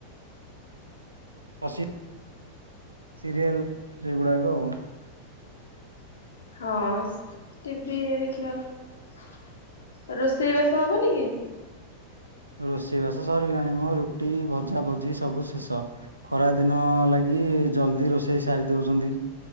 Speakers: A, on the right; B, on the left.
A: ପ୍ରସି ସିରିଏଲ ସେଗୁଡ଼ାକ ଆଉ।
B: ହଁ ଟିଭି ଦେଖିବା କ ରୋଷେଇବାସ ହବନି କି?
A: ରୋଷେଇବାସ ସରିଲାଣି ମ ରୁଟି ଭଜା ଭଜି ସବୁ ଶେଷ। ଖରା ଦିନ ଲାଗି ଜଲ୍ଦି ରୋଷେଇ ସାରି ଦେଉଛନ୍ତି।